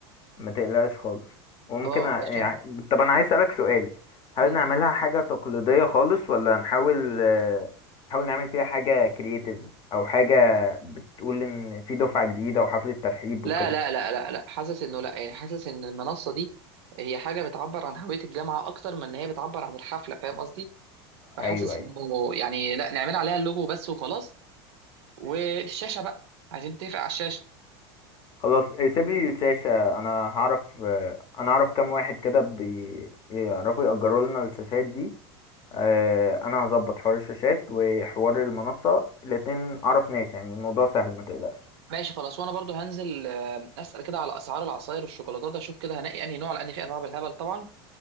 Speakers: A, on the left; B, on the right.
A: ما تقلقش خالص وممكن
B: اه
A: ع-
B: علشان
A: يعني طب انا عايز اسألك سؤال هل
B: مم.
A: نعملها حاجة تقليدية خالص ولا نحاول آه، نحاول نعمل فيها حاجة كرياتيف او حاجة بتقول ان في دفعة جديدة وحفلة ترحيب
B: لا
A: وكده
B: لا لا لا لا حاسس انه لا يعني حاسس ان المنصه دي هي حاجه بتعبر عن هويه الجامعه اكتر من ان هي بتعبر عن الحفله فاهم قصدي فحاسس
A: ايوه ايوه
B: انه يعني لا نعمل عليها اللوجو بس وخلاص والشاشه بقى عايزين نتفق على الشاشه
A: خلاص إيه، سيب لي الشاشة انا هعرف آه، انا اعرف كام واحد كده بيعرفوا يأجروا لنا الشاشات دي آه، انا هظبط حوار الشاشات وحوار المنصة الاتنين اعرف ناس يعني الموضوع سهل ما تقلقش
B: ماشي خلاص وانا برضو هنزل آه، اسال كده على اسعار العصاير والشوكولاتات اشوف كده هنقي انهي نوع لان في انواع بالهبل طبعا